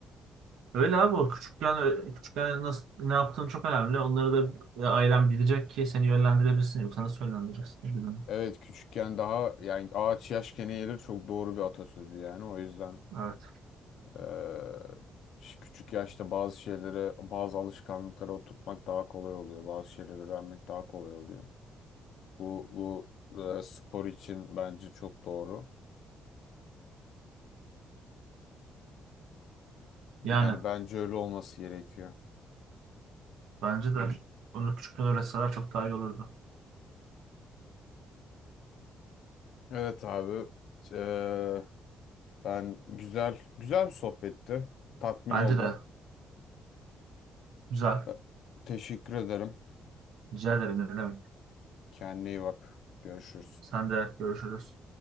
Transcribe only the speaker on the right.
öyle abi o küçükken küçükken nasıl ne yaptığın çok önemli. Onları da ailen bilecek ki seni yönlendirebilsin. Yoksa nasıl yönlendireceksin? Bilmiyorum.
Evet.
Yani
bence de bunu küçükken öğretseler çok daha iyi olurdu.
Bence
de güzel.
Rica ederim ne demek.
Sen de görüşürüz.